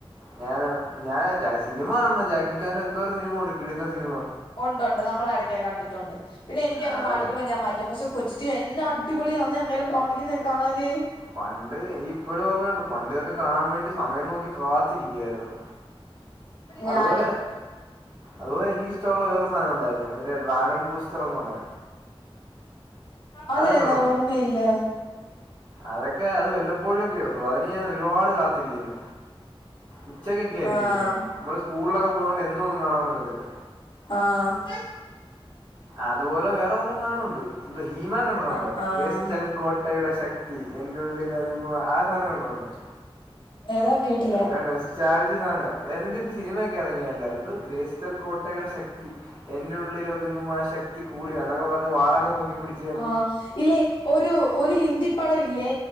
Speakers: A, on the right (about 55°); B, on the left (about 55°).
A: ഞാനോ ഞാൻ സിനിമ കാണണം ജാക്കിച്ചാന്റ എന്തോരം സിനിമ ഉണ്ട് കീടിലൻ സിനിമ
B: ഒണ്ട് ഒണ്ട് നമ്മള് ഇടക്കങ്ങ് കണ്ടിട്ടുണ്ട് പിന്നെ എനിക്കങ്ങ്
A: ആ, അതാ
B: മടുക്കുമ്പോം
A: ജാക്കി
B: ഞാൻ മാറ്റും പക്ഷെ കൊച്ച്റ്റിവിഎന്നാ അടിപൊളിയാന്ന് അങ്ങേര് കാണിക്കുന്ന ഒക്കെ കാണാന്
A: പണ്ട് എനിക്ക് ഇപ്പോഴും ഓർമ്മയുണ്ട് പണ്ട് ഇതൊക്കെ കാണാൻ വേണ്ടി സമയം നോക്കി കാത്ത് ത്തിരിക്കുവാരുന്ന് അത്
B: ഞാനും
A: പോലെ അതുപോലെ എനിക്ക് ഇഷ്ടമുള്ള വേറെ ഒരു സാധനം ഉണ്ടായിരുന്നു മറ്റേ ഡ്രാഗൺ ബൂസ്റ്റർ എന്ന് പറഞ്ഞ
B: അതെതാ
A: കണ്ടിട്ടുണ്ടോ
B: ഓർമ്മ ഇല്ല
A: അതൊക്കെ അത് വല്ലപ്പോഴൊക്കെ ഇടത്തുള്ളു അതിന് ഞാൻ ഒരുപാട് കാത്തിരിക്ക്ന്ന് ഉച്ചക്കൊക്കെ ആയിരിക്കും
B: ആഹ്
A: ഇടുന്നെ നമ്മള് സ്കൂളിലൊക്കെ പോകുന്ന കൊണ്ട് എന്നും ഒന്നും കാണാൻ പറ്റത്തില്ല
B: ആഹ്
A: അതുപോലെ വേറെകൊറെ കൊറേ സാനം ഒണ്ട് ഹീമാൻ കണ്ടിട്ടുണ്ടോ
B: ആഹ് ആഹ്
A: വേസ്റ്റൽ കോട്ടയുടെ ശക്തി എന്നുള്ളിൽ ഒതുങ്ങുവാ ആഹ് സാധാനം കണ്ടിട്ടുണ്ടോ
B: ഏതാ കേട്ടില്ല
A: അതൊക്കെ നൊസ്റ്റാൾജി സാധന അതിന്റ ഒക്കെ സിനിമയൊക്കെ ഇറങ്ങിയാല്ല എന്തോ ഗ്രേസ് ച്ചൽ കോട്ടയുടെ ശക്തി എന്നുള്ളിലൊതുങ്ങുമാ ശക്തി കൂടിവ എന്നൊക്കെ പറഞ്ഞ് വാളൊക്കെ പൊക്കിപ്പിടിച്ച്
B: ആഹ് ഇല്ലേ ഒരു ഒരു ഹിന്ദി പടവില്ലേ